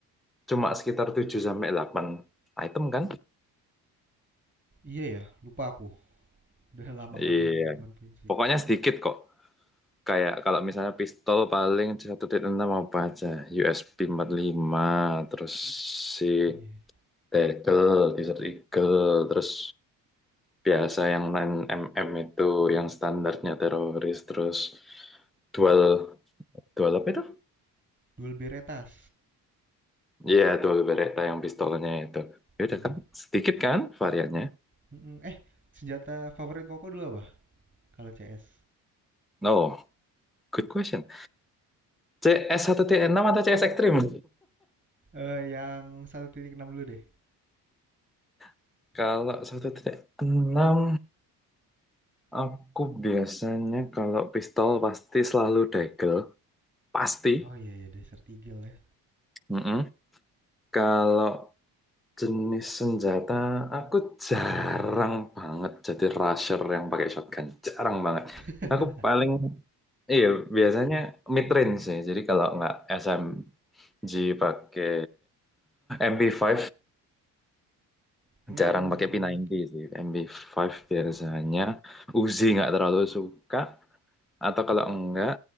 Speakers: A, in the centre; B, on the right.
A: cuma sekitar 7 sampai 8 item kan?
B: Iya ya, lupa aku. Udah lama nggak
A: Iya,
B: main 1.6.
A: pokoknya sedikit kok. Kayak kalau misalnya pistol paling 1.6 apa aja? USB 45, terus si
B: Iya.
A: Tegel, Desert Eagle, terus biasa yang 9mm itu yang standarnya teroris, terus dual, dual apa itu?
B: Duel Beretas.
A: Iya, dual Beretta yang pistolnya itu. Ya
B: Iya.
A: udah kan, sedikit kan variannya?
B: Mm-mm. Eh, senjata favorit Koko dulu apa? Kalau CS.
A: No, good question. C-1T-6 CS 1.6 atau CS Extreme?
B: Eh, yang satu titik enam dulu deh.
A: <laughs> Kalau 1.6 Aku biasanya kalau pistol pasti selalu dagel, pasti.
B: Oh iya iya Desert Eagle ya.
A: Mm-mm. Kalau jenis senjata aku jarang banget jadi rusher yang pakai shotgun, jarang banget.
B: <laughs>
A: Aku paling iya biasanya mid range sih. Jadi kalau nggak SMG pakai mp lima
B: hmm,
A: jarang pakai p sembilan puluh sih. mp lima biasanya
B: P5.
A: Uzi nggak terlalu suka atau kalau enggak